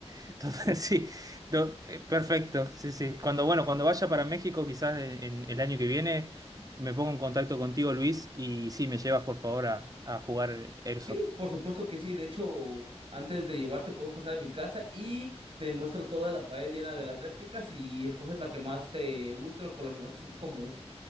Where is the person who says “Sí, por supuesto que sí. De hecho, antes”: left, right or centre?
Right